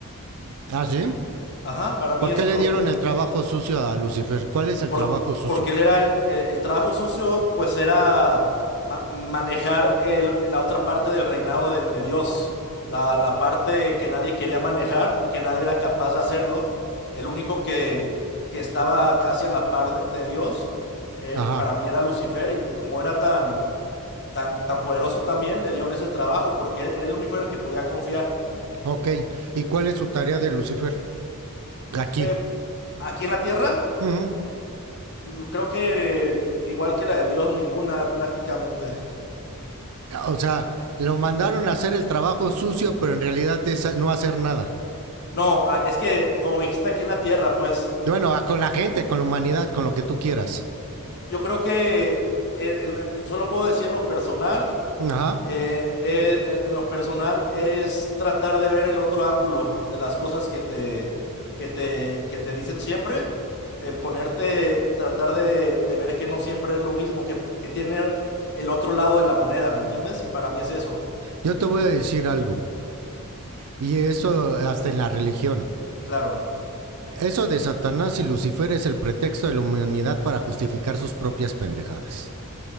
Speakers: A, on the right; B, on the left.
A: ¿Ah, sí?
B: Ajá, para mí
A: ¿Por
B: eso
A: qué le
B: es lo
A: dieron
B: que era.
A: el trabajo sucio a Lucifer? ¿Cuál es el
B: Por-
A: trabajo sucio?
B: porque él era, el, el trabajo sucio, pues era ma- manejar el- la otra parte del reinado de, de Dios. La, la parte que nadie quería manejar y que nadie era capaz de hacerlo. El único que, que estaba casi a la par de, de Dios, eh,
A: Ajá,
B: para mí era Lucifer. Y, y como era tan, tan, tan poderoso también, le dieron ese trabajo porque era el único en el que podía confiar.
A: ok. ¿Y cuál es su tarea de Lucifer? Aquí.
B: Eh, aquí en la Tierra,
A: Ujú.
B: mm, creo que igual que la de Dios, ninguna prácticamente.
A: O sea, lo mandaron a hacer el trabajo sucio, pero en realidad es no hacer nada.
B: No, a- es que como dijiste aquí en la Tierra, pues
A: Bueno, con la gente, con la humanidad, con lo que tú quieras.
B: yo creo que eh, en- en- solo puedo decir en lo personal,
A: Ajá.
B: eh, eh, en, en lo personal es tratar de ver el otro ángulo de las cosas que te, que te, que te dicen siempre, eh, ponerte, tratar de, de ver que no siempre es lo mismo, que, que tiene el otro lado de la moneda, ¿me entiendes? Para mí es eso,
A: Yo te voy a decir algo, y eso hasta en la religión.
B: claro.
A: Eso de Satanás y Lucifer es el pretexto de la humanidad para justificar sus propias pendejadas.